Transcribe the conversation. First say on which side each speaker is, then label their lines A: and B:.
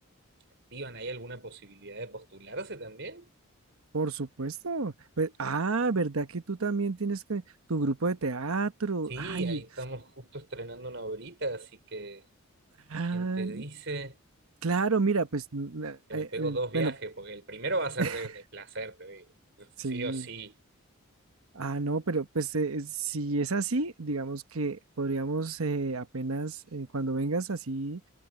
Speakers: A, on the right (about 55°); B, on the right (about 70°).
A: activan, ¿hay alguna posibilidad de postularse también?
B: Por supuesto. Pues, ah, ¿verdad que tú también tienes que, tu grupo de teatro?
A: Sí,
B: Ay,
A: ahí estamos justo estrenando una obrita, así que
B: ah,
A: ¿quién te dice
B: claro, mira, pues, n-
A: que
B: eh,
A: me pego
B: eh,
A: dos viajes?
B: bueno,
A: Porque el primero va a ser
B: <laughs>
A: de, de placer, te digo.
B: sí.
A: Sí o sí.
B: Ah, no, pero pues eh, es- si es así, digamos que podríamos eh, apenas eh, cuando vengas así